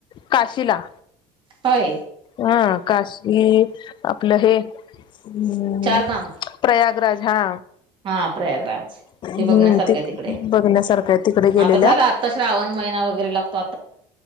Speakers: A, on the left; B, on the right.
A: काशीला
B: हय
A: हा काशी आपलं हे हम्म
B: चारधाम
A: प्रयागराज हा
B: हा प्रयग रागत
A: हम्म
B: ते बघण्यासारख
A: ते
B: तिकडे
A: बघण्यासारखं आहे तिकडे गेलेल्या
B: आता झालं आता श्रावण महिना वगरे लागतो आ